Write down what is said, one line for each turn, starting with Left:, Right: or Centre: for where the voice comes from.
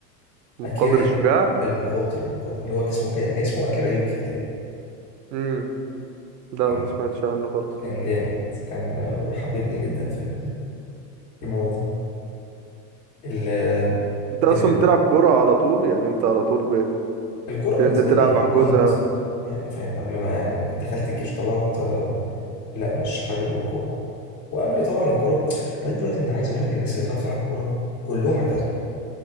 Right: مقاتل
Left: أكيرا
Right: الشجاع
Left: المقاتل المقاتل اللي هو اسمه كا- كان اسمه أكيرا يوكي تقريبا
Right: مم. لا
Left: كان
Right: ما سمعتش عنه خالص
Left: كان جامد كان آه، بيحببني جدا في ال- في الموضوع ده ال
Right: أنت
Left: بن-
Right: أصلا بتلعب كورة على طول يعني أنت على طول
Left: الكورة
Right: بتنزل
Left: بالنسبة
Right: تلعب
Left: لي
Right: حجوزة
Left: كنت يعني فاهم قبل ما يعني دخلت الجيش طلعت آه، لا مش حابب الكورة وقبل طبعا الكورة بعدين دلوقتي انت عايز اقول لك الناس اللي بتعرف تلعب كورة كلهم اعتزلوا